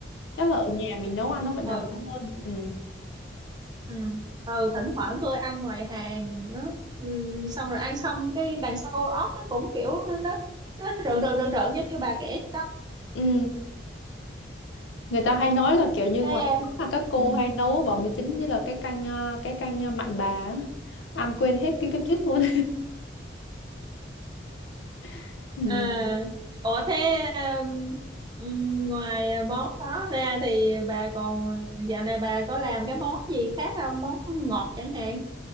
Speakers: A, on the left (about 75°); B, on the right (about 20°).
A: chắc là ở nhà mình nấu ăn nó vẫn
B: Ờ,
A: đảm
B: ừ,
A: bảo hơn. Ừ.
B: ừ. ừ thỉnh thoảng tôi ăn ngoài hàng đó ừ, xong rồi ăn xong cái đằng sau óc nó cũng kiểu nó nó rợn rợn rợn rợn giống như bà kể đó
A: Ừ. người ta hay nói là kiểu như
B: Thế,
A: ngoài phố là các cô
B: ừ.
A: hay nấu bò mì chính như là cái canh ờ, cái canh ờ, mặn bà á. ăn quên hết cái kiếp trước luôn <laughs> ừ,
B: à ủa thế um, um, ngoài món đó ra thì bà còn dạo này bà có làm cái món gì khác không món ngọt chẳng hạn